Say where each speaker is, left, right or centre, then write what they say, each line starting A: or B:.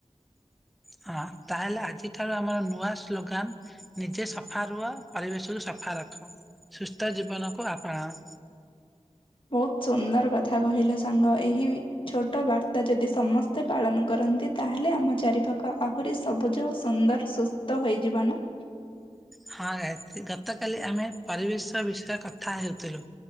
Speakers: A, in the centre; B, on the left (about 45°).
A: ହଁ ତାହେଲେ ଆଜିଠାରୁ ଆମର ନୂଆ ସ୍ଲୋଗାନ ନିଜେ ସଫା ରୁହ ପରିବେଶକୁ ସଫା ରଖ ସୁସ୍ଥ ଜୀବନକୁ ଆପଣାଅ।
B: ବହୁତ୍ ସୁନ୍ଦର କଥା କହିଲ ସାଙ୍ଗ ଏହି ଛୋଟ ବାର୍ତ୍ତା ଯଦି ସମସ୍ ତେ ପାଳନ କରନ୍ତି ତାହେଲେ ଆମ ଚାରିପାଖ ଆହୁରି ସବୁଜ ଓ ସୁନ୍ଦର ସୁସ୍ଥ ହୋଇଯିବନା।
A: ହଁ ଗାୟତ୍ରୀ ଗତକାଲି ଆମେ ପରିବେଶ ବିଷୟରେ କଥା ହେଉଥିଲୁ।